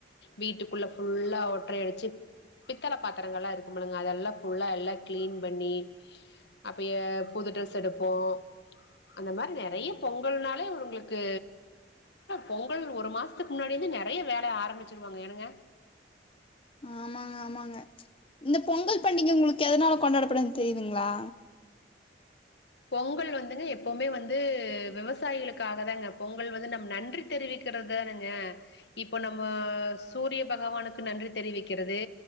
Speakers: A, on the left; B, on the left.
A: வீட்டுக்குள்ள ஃபுல்லா ஒற்றை அடிச்சி பித்தல பாத்திரங்கலாம் இருக்குமுங்கள அதெல்லாம் ஃபுல்லா எல்லா க்ளீன் பண்ணி அப்போ புது ட்ரெஸ் எடுப்போம் அந்த மாரி நெறைய பொங்கல்னாலே உங்களுக்கு பொங்கல் ஒரு மாசத்துக்கு முன்னாடிந்து நெறைய வேலைய ஆரம்பிச்சிருவாங்க என்னங்க
B: ஆமாங்க ஆமாங்க இந்த பொங்கல் பண்டிகை உங்களுக்கு எதனால கொண்டாடப்படுதுன்னு தெரியுதுங்களா
A: பொங்கல் வந்துங்க எப்பவுமே வந்து விவசாயிகளுக்காக தாங்க பொங்கல் வந்து நம் நன்றி தெரிவிக்கிறது தானுங்க இப்போ நம்ம சூரிய பகவானுக்கு நன்றி தெரிவிக்கிறது